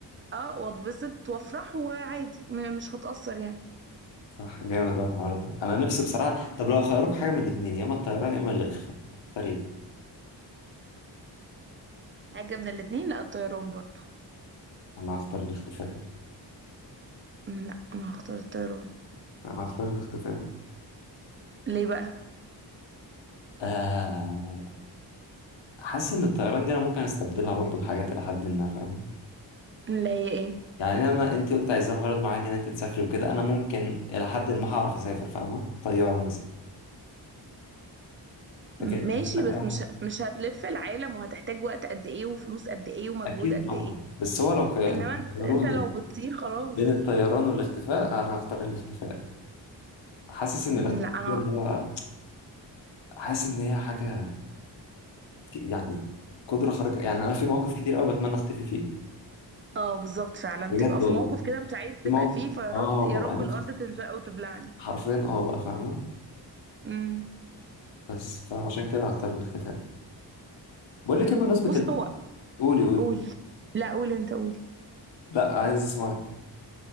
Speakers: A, on the right; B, on the left.
A: اه واتبسط وافرح وعادي م- مش هتاثر يعني
B: صح جامد أوي الحوار ده أنا نفسي بصراحة طب لو خيروك حاجة من الاتنين يا إما الطيران يا إما الاختفاء هتختار إيه؟
A: حاجه من الاتنين لا الطيران برضو
B: أنا هختار الاختفاء
A: م، لا انا هختار الطيران
B: أنا هختار الاختفاء
A: ليه بقى
B: آه حاسس إن الطيران دي أنا ممكن أستبدلها برضو بحاجات إلى حد ما فاهمة؟
A: اللي هي ايه
B: يعني أنا أنت قلت عايزة لغرض معين إن أنت تسافري وكده أنا ممكن إلى حد ما هعرف أسافر فاهمة؟ طيارة مثلا
A: م-
B: لكن الاختفاء
A: ماشي بس
B: ده
A: مش مش هتلف العالم وهتحتاج وقت قد ايه وفلوس قد ايه ومجهود
B: أكيد
A: قد
B: طبعا
A: ايه
B: بس هو لو كي-
A: انما
B: لو
A: انت
B: خيروني
A: انت لو بتطير خلاص
B: بين الطيران والاختفاء أنا هختار الاختفاء حاسس إن
A: مم،
B: الاختفاء
A: لا انا
B: اللي هو حاسس إن هي حاجة ك- يعني قدرة خارقة يعني أنا في مواقف كتير أوي بتمنى أختفي فيه
A: اه بالظبط فعلا
B: بجد
A: تبقى
B: والله
A: في موقف كده مش عايز تبقى
B: في مواقف
A: فيه فيرد
B: آه
A: يا
B: ببقى
A: رب
B: نفسي
A: الارض تنشق وتبلعني
B: حرفيا آه بقى فاهمة
A: امم
B: بس فعشان كده هختار الاختفاء بقول لك إيه بمناسبة
A: بص
B: ال...
A: هو
B: قولي قولي
A: قول لا قول انت قول
B: لا عايز أسمعك